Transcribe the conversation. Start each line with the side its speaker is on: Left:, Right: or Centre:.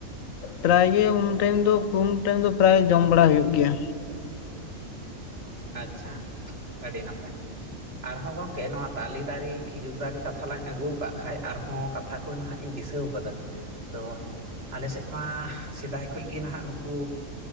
Left: ᱯᱨᱟᱭᱜᱮ ᱩᱱ ᱴᱟᱭᱤᱢ ᱫᱚ ᱩᱱ ᱴᱟᱭᱤᱢ ᱫᱚ ᱯᱨᱟᱭ ᱡᱚᱢ ᱵᱟᱲᱟ ᱦᱩᱭᱩᱜ ᱜᱮᱭᱟ
Right: ᱟᱪᱪᱷᱟ ᱟᱹᱰᱤ ᱱᱟᱯᱟᱭ ᱟᱨᱦᱚᱸ ᱜᱚᱝᱠᱮ ᱱᱚᱣᱟ ᱛᱟᱞᱮ ᱫᱟᱨᱮ ᱠᱷᱤᱡᱩᱨ ᱫᱟᱨᱮ ᱠᱟᱛᱷᱟ ᱞᱟᱝ ᱟᱹᱜᱩ ᱟᱠᱟᱫ ᱠᱷᱟᱱ ᱟᱨᱦᱚᱸ ᱠᱟᱛᱷᱟ ᱱᱟᱦᱟᱜ ᱤᱧ ᱫᱤᱥᱟᱹᱣ ᱠᱟᱫᱟ ᱛᱚ ᱟᱞᱮ ᱥᱮᱫ ᱢᱟ ᱥᱮᱫᱟᱭ ᱠᱷᱚ ᱜᱮ ᱱᱟᱦᱟᱜ ᱱᱩᱠᱩ